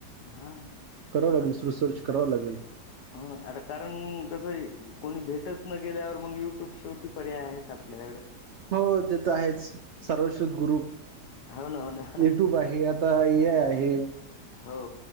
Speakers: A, on the left (about 80°); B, on the right (about 75°).
A: हा
B: करावं लागेल सुरूसर्च करावं लागेल.
A: हो ना आता कारण कसं आहे. कोणी भेटच न गेल्यावर मग युट्यूब शेवटी पर्याय आहेच आपल्याकडे
B: हो तेथ आहेच सर्वश्रुध गुरु
A: होन हो ना.
B: युट्यूब आहे आता ए
A: हां.
B: आय आहे.
A: हो.